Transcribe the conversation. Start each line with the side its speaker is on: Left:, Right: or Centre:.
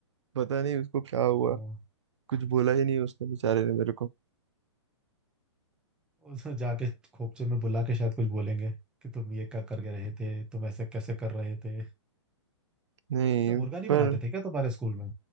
Right: पता नहीं उसको क्या हुआ
Centre: हाँ,
Right: कुछ बोला ही नहीं उसने बेचारे ने मेरे को
Centre: उसमें जाके खोपचे में बुला के शायद कुछ बोलेंगे कि तुम ये क्या करके रहे थे तुम ऐसे कैसे कर रहे थे
Right: नहीं
Centre: अच्छा मुर्गा नहीं
Right: पर
Centre: बनाते थे क्या तुम्हारे स्कूल में